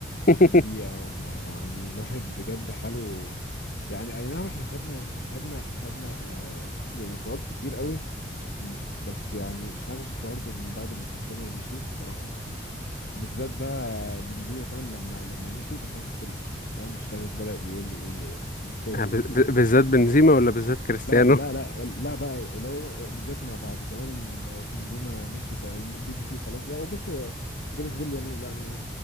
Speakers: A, on the left (about 50°); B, on the left (about 65°).
A: <laughs>
B: اخر دقيقه والله يعني الواحد بجد حاله يعني اي نعم احنا خدنا خدنا خدنا آه يعني بطولات كتير قوي بس يعني شغف برضو من بعد ما كريستيانو مشي الصراحه بالذات بقى بنزيما كمان لما لما مشي بحس ال- فاهم الشغف بدأ يقل يقل يقل انت شايف
A: ب-
B: ايه؟
A: ب- بالذات بنزيما ولا بالذات كريستيانو
B: لا لا لا لا بقى لو بالذات ما بعد كمان بنزيما مشي بقى البي بي سي خلاص لا هو بص هو جاريث بيل يعني لا